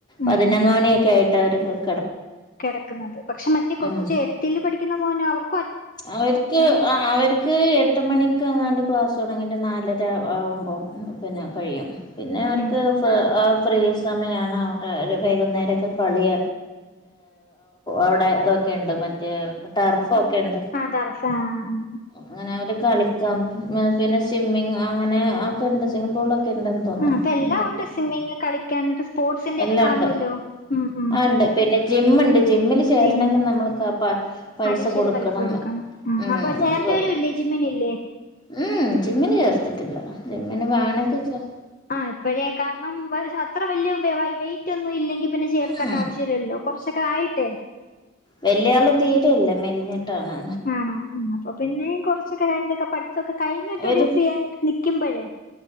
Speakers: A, on the left; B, on the left.
A: ഉം
B: പതിനൊന്ന്
A: ഉം
B: മണിയൊക്കെ ആയിട്ട് അവര് പോ-
A: കിടക്കുന്നത് പക്ഷെ മറ്റേ കൊച്ച
B: ഉം
A: എട്ടിലെ പഠിക്കുന്ന മോനോ അവർ
B: അവർക്ക് ആഹ് അവർ എക്ക് എട്ട് മണിക്ക് എങ്ങാണ്ട് ക്ലാസ്സ് തുടങ്ങിട്ട് നാലര ആവുമ്പോ പിന്നെ കഴിയും പിന്നെ അവർക്ക്
A: ഉം
B: ഫ്രേസ് സമയമാണ് അവിടെ ഒരു വൈകുന്നേരമൊക്കെ കളിയ അവിടെ ഇത ഒക്കണ്ട് മറ്റേ ടർഫ് ഒക്കെ ഉണ്ട്
A: ആഹ് തറസ ആഹ്
B: അങ്ങനെ അവര് കളിക്കാം പിന്നെ സ്വിമ്മിങ് അങ്ങനെ ഒക്കെണ്ട് സ്വിങ്ങി പൂളൊക്കെ ഇണ്ട തോന്ന
A: ആ അപ്പൊ എല്ലാം
B: എന്തൊ
A: ഉണ്ട് സ്വിമ്മിങ് കളിക്കാൻ മറ്റേ സ്പോർട്സിന്റെ
B: എല്ലാം
A: ഒക്കെ കാണുവല്ലോ
B: ഉണ്ട്
A: ഉം ഉം
B: ആ ഉണ്ട് പിന്നെ ജിമ്മുണ്ട് ജിമ്മിൽ ചേരണമെങ്കിൽ
A: ജിമ്മ്
B: നമ്മൾക്ക് ആ പ പൈസ
A: അഡീഷണൽ
B: കൊടുക്കണം
A: പൈസ ആ
B: ഉം
A: അപ്പൊ ചേന്റെ
B: അത് വെ
A: ഒരു വില്ലജി മീനല്ലേ
B: ഉം ജിമ്മിന് ചേർത്തിട്ടില്ല ജിമ്മന് വേണങ്കിൽ
A: ആഹ് ഇപ്പോഴേ കാരണം അത്ര വലിയ വെയിറ്റ് ഒന്നും ഇല്ലെങ്കിൽ പിന്നെ ചേർക്കേണ്ട
B: ഉം
A: ആവശ്യമില്ലല്ലോ കുറച്ചൊക്കെ ആയിട്ടേ
B: വല്യാള് തീരല്ല മെലിഞ്ഞിട്ടാണ്
A: ആണോ ആ അപ്പൊ പിന്നെ ഈ കുറച്ചൊക്കെ കാര്യക്കെ പഠിതൊക്കെ കഴിഞ്ഞിട്ട്
B: അവര്
A: ഫ്രീ ആയിട്ട് നക്കുമ്പോഴേ